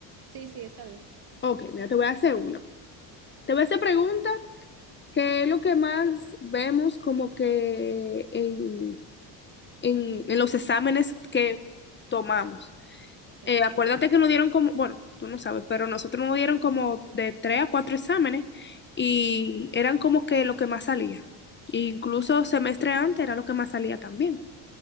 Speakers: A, on the right; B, on the left.
A: Sí, sí, está bien.
B: Ok, mira, te voy a hacer una. Te voy a hacer pregunta, que es lo que más vemos como que en, en, en los exámenes que tomamos.
A: Ok.
B: Eh, acuérdate que nos dieron como, bueno, tú no sabes, pero nosotros nos dieron como de tres a cuatro exámenes y eran como que lo que más salía. E incluso semestre antes era lo que más salía también.